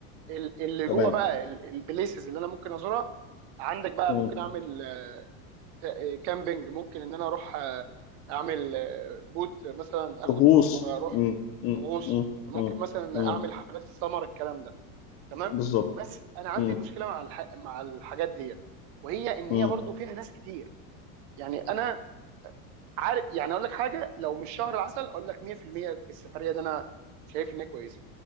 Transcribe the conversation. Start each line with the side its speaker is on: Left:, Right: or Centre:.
Right: ال- اللي
Left: تمام
Right: جوه بقى ال- البليسز اللي انا ممكن ازورها عندك بقى
Left: مم.
Right: ممكن اعمل آه، ت- آه، كامبينج ممكن ان انا اروح آه، اعمل آه، بوت مثلا
Left: طقوس
Right: اخد بوت واروح
Left: مم. مم.
Right: غوص
Left: مم.
Right: ممكن
Left: مم.
Right: مثلا
Left: مم.
Right: اعمل حفلات السمر الكلام ده تمام
Left: بالظبط
Right: بس انا عندي
Left: مم.
Right: مشكله مع الح... مع الحاجات ديت وهي ان
Left: مم.
Right: هي برضو فيها ناس كتير يعني انا عارف يعني اقول لك حاجه لو مش شهر العسل اقول لك 100% السفريه دي انا شايف انها كويسه